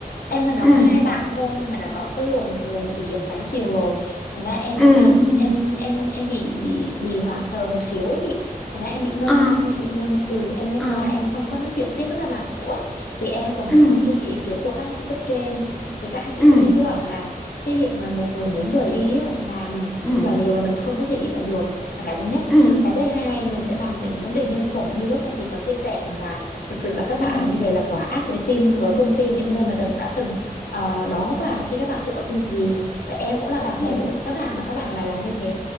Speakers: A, on the left (about 75°); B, in the centre.
A: em với nó
B: ừ
A: có hai bạn thôi nhưng mà đã có cái luồng luồng ý kiến trái chiều rồi thành ra em
B: ừ
A: vẫn đang
B: ừ
A: em em em bị bị bị hoảng sợ một xíu ấy chị thành ra em bị ngưng
B: ờ
A: em bị ngưng ừ em ngưng
B: ờ
A: ra em không có nói chuyện tiếp với các bạn nữa thì em cũng
B: ừ
A: có xin ý kiến của các anh chị cấp trên thì các anh chị
B: ừ
A: cấp trên cứ bảo là cái việc mà một người muốn rời đi á, là mình
B: ừ
A: là điều mà mình không có thể giữ lại được là cái thứ nhất
B: ừ
A: cái thứ hai mình sẽ bàn đến vấn đề nhân phẩm như lúc nãy chị có chia sẻ rằng là thực sự là các bạn
B: ừ
A: làm như vậy là quá ác với team với công ty những nơi mà từng đã từng ờ, đón với các bạn khi các bạn chưa có kinh nghiệm gì và em cũng là bạn
B: ừ
A: bè của các bạn mà các bạn lại làm như thế